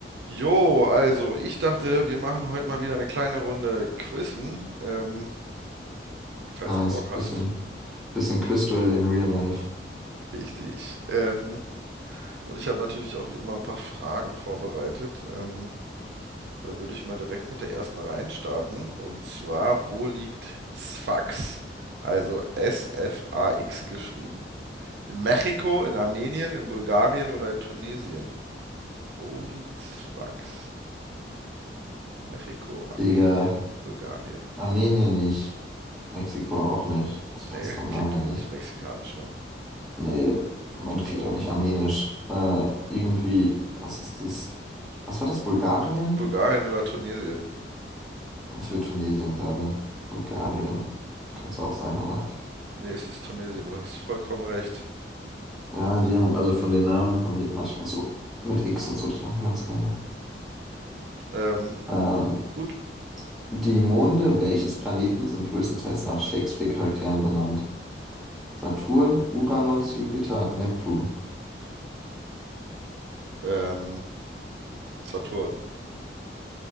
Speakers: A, on the right; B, in the centre.
A: Jo, also ich dachte, wir machen heute mal wieder eine kleine Runde Quizzen, ähm, falls
B: Nice.
A: du Bock hast.
B: Bisschen, bisschen Quizduell in Real Life.
A: Richtig. Ähm, und ich habe natürlich auch wie immer ein paar Fragen vorbereitet. Ähm, da würde ich mal direkt mit der ersten reinstarten. Und zwar, wo liegt Sfax? Also S-F-A-X geschrieben. In Mexiko, in Armenien, in Bulgarien oder in Tunesien? Wo liegt Sfax? Mexiko, Armenien,
B: Digga,
A: Bulgarien.
B: Armenien nicht. Mexiko auch nicht. Das
A: Nee,
B: passt vom
A: klingt
B: Namen her
A: irgendwie
B: nicht.
A: nicht mexikanisch, ne?
B: Nee, man
A: Finde
B: klingt
A: ich auch.
B: auch nicht armenisch. Äh, irgendwie, was ist das? Was war das? Bulgarien?
A: Bulgarien oder Tunesien?
B: Ich würde Tunesien sagen. Bulgarien kann es auch sein, aber ich,
A: Nee, es ist Tunesien, du hast vollkommen recht.
B: ja, die haben, also von den Namen haben die manchmal so mit X und so, das machen die ganz gerne.
A: Ähm,
B: Ähm,
A: gut.
B: die Monde welches Planeten sind größtenteils nach Shakespeare-Charakteren benannt? Saturn, Uranus, Jupiter, Neptun.
A: Ähm, Saturn.